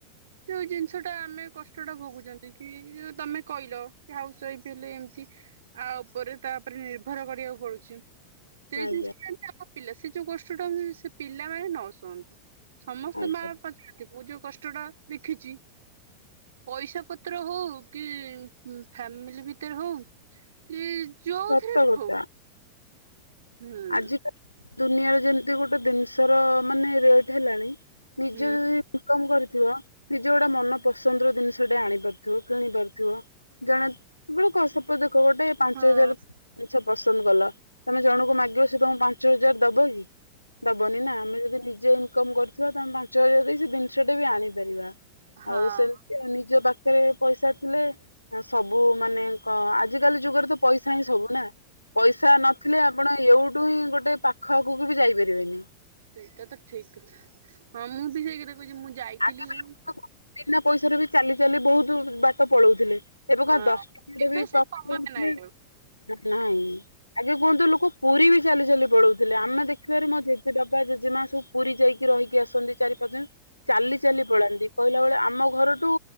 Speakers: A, on the right; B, on the left.
A: ଯୋଉ ଜିନିଷ ଟା ଆମେ କଷ୍ଟ କଷ୍ଟ ଟା ଭୋଗୁଛନ୍ତି କିଉ ତମେ କହିଲ କି ହାଉସ ୱାଇଫ ହେଲେ, ଏମିତି ଆ ଉପରେ ତା ଉପରେ ନିର୍ଭର କରିବାକୁ ପଡୁଛି ସେଇ
B: ଆଜ୍ଞା
A: ଜିନିଷ ଆମ ପିଲା ସେ ଯୋଉ କଷ୍ଟ ଟା ସେ ପିଲାମାନେ ନ ଶୁଅନ୍ତୁ। ସମସ୍ତେ
B: ଆଜ୍ଞା
A: ମା ବାପା ଚାହାନ୍ତି ମୁଁ ଯୋଉ କଷ୍ଟ ଟା ଦେଖିଛି ପଇସା ପତ୍ର ହଉ କି ଫ୍ୟାମିଲି ଭିତରେ ହଉ କି ଯୋଉଥିରେ
B: ସତ
A: ବି
B: କଥା।
A: ହଉ ହୁଁ।
B: ଆଜିକାଲି ଦୁନିଆରେ ଯେମିତି ଗୋଟେ ବିନଷର ମାନେ ରେଟ ହେଲାଣି ନିଜେ
A: ହୁଁ।
B: ଯଦି କମ୍ କରିଥିବ ନିଜ ଗୋଟେ ମନ ପସନ୍ଦର ଜିନିଷ ଟେ ଆଣି ପାରୁଥିବ କିଣି ପାରୁଥିବ ଜଣେ ବଳେ କସପଦ ଗୋଟେ ପାଞ୍ଚ
A: ହଁ।
B: ହଜାର ଜିନିଷ ପସନ୍ଦ କଲ ତମେ ଜଣକୁ ମାଗ ସେ ତମକୁ ପାଞ୍ଚ ହଜାର ଦବ କି ଦବନି ନା ଆମେ ଯଦି ନିଜେ କମ କରିଥିବା ତାମେ ପାଞ୍ଚ ହଜାର ଦେଇ, ସେ ଜିନିଷଟା ବି ଆଣିପାରିବା
A: ହଁ
B: ଆଉ ସେମିତି ନିଜ ପାଖରେ ପାଖରେ ପଇସା ଥିଲେ, ସବୁ ମାନେ କ ଆଜିକାଲି ଯୁଗରେ ତ ପଇସା ହିଁ ସବୁ ନା ପଇସା ନଥିଲେ ଆପଣ କୋଉଠୁ ହିଁ ଗୋଟେ ପାଖ ଆଗକୁ ବି ଯାଇପାରିବେନି
A: ସେଇଟା ତ ଠିକଥା ହଁ ମୁଁ ବି ସେଇ କଥା କହୁଛି, ମୁଁ ଯାଇଥିଲି
B: ଆଗେ ବି ଲୋକ ବିନା ପଇସାରେ ବି ଚାଲି ଚାଲି ବହୁତ ବାଟ ପଳଉଥିଲେ ଏବେ
A: ହଁ
B: କଣ ଦଶଟାଡେ
A: ଏବେ
B: ବି
A: ସେ
B: ପାଖ
A: ସମୟ
B: ନ ଥିଲେ
A: ନାହିଁ ଆଉ
B: ନାଇଁ ଆଗେ କୁହନ୍ତୁ ଲୋକ ପୁରୀ ବି ଚାଲି ଚାଲି ପଳଉଥିଲେ, ଆମେ ଦେଖିବାରେ ମୋ ଜେଜେ ବାବା ଜେଜେମା ସବୁ ପୁରୀ ଯାଇକି ରହିକି ଆସନ୍ତି ଚାରି ପାଞ୍ଚ ଜଣ ଚାଲି ଚାଲି ପଳାନ୍ତି କହିଲା ବେଳେ ଆମ ଘରଠୁ